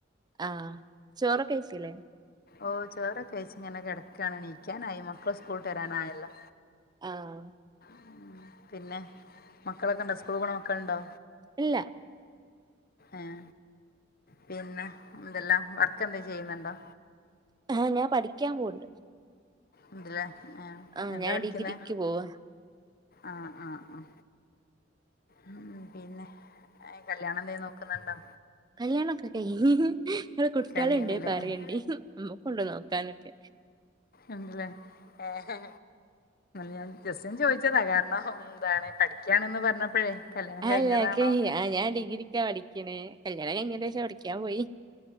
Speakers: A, on the right; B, on the left.
A: ആഹ് ചോറൊക്കെ കയിച്ചിലേ
B: ഓ ചോറൊക്കെ കയിച്ച് ഇങ്ങനെ കെടക്കാണ് നീക്കാനായി മക്കള് സ്കൂൾ വിട്ട് വരാനായല്ലോ
A: ആഹ്
B: ഉം പിന്നെ മക്കളൊക്കെ ഇണ്ടോ സ്കൂൾ പോണ മക്കളുണ്ടോ
A: ഇല്ല
B: ഏഹ് പിന്നെ എന്തെല്ലാം വർക്ക് എന്തേം ചെയ്യുന്നുണ്ടോ
A: ആഹ് ഞാൻ പഠിക്കാൻ പോണ്ട്
B: ഇണ്ട് ലേ ഏഹ്
A: ആഹ്
B: എന്താ
A: ഞാൻ
B: പഠിക്കുന്നേ
A: ഡിഗ്രിക്ക് പോവാ
B: ആഹ് ആഹ് ആഹ് ഉം പിന്നെ ഏഹ് കല്യാണം എന്തേം നോക്കുന്നുണ്ടോ
A: കല്യാണൊക്കെ കയിഞ്ഞ് ഇങ്ങള് കുട്ട്യാള്ണ്ടേ
B: കഴിഞ്ഞ്ണ്ല്ലേ
A: പറയേണ്ടി
B: പറയണ്ട്
A: ഇമ്മക്കുംണ്ട് നോക്കാനൊക്കെ
B: ഇണ്ട്ല്ലേ അഹ് ഞാൻ ജസ്റ്റ്‌ ഒന്ന് ചോയിച്ചതാ കാരണം എന്താണ് പഠിക്കയാണന്ന് പറഞ്ഞപ്പഴേ കല്യാണം
A: അല്ലെ
B: കഴിഞ്ഞതാണോ
A: ആ ഞാൻ ഡിഗ്രിക്കാ പഠിക്ക്‌ണേ കല്യാണം കഴിഞ്ഞേന്റെഷം പഠിക്കാൻ പോയി